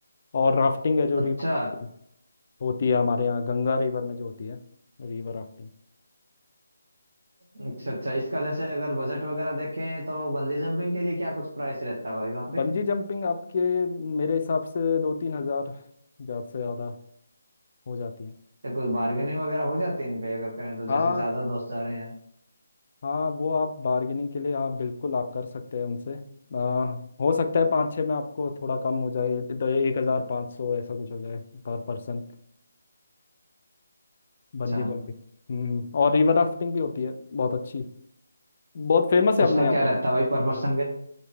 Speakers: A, on the left; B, on the right.
A: और राफ्टिंग है जो
B: अच्छा
A: रिवर राफ्टिंग होती है हमारे यहाँ गंगा रिवर में जो होती है रिवर राफ्टिंग
B: अच्छा अच्छा इसका जैसे अगर बजट वगैरह देखें तो बंजी जंपिंग के लिए क्या कुछ प्राइस रहता है भाई वहाँ पे
A: बंजी जंपिंग आपके मेरे हिसाब से दो तीन हजार ज़्यादा से ज़्यादा हो जाती है
B: या कोई बार्गेनिंग वगैरह हो जाती है इन पे अगर करें तो
A: हाँ
B: जैसे ज्यादा दोस्त जा रहे हैं यार
A: हाँ वो आप बार्गेनिंग के लिए हाँ बिल्कुल आप कर सकते हैं उनसे आ, हो सकता है पाँच छः में आपको थोड़ा कम हो जाए तो एक हज़ार पाँच सौ ऐसा कुछ हो जाए पर पर्सन बंजी
B: अच्छा
A: जंपिंग हम्म और रिवर राफ्टिंग भी होती है बहुत अच्छी बहुत फेमस है
B: उसका
A: अपने यहाँ
B: क्या रहता
A: पे।
B: है भाई पर पर्सन के